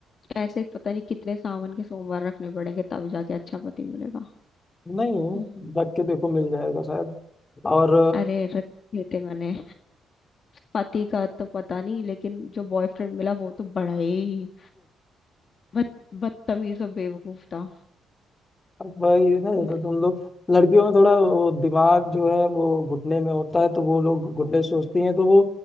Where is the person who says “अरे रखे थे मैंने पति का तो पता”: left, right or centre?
Left